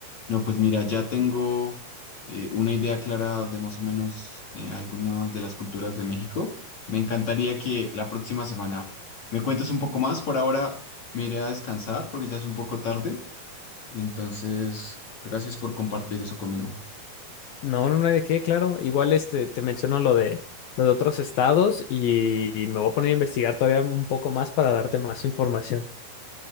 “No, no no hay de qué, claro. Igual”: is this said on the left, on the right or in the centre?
Left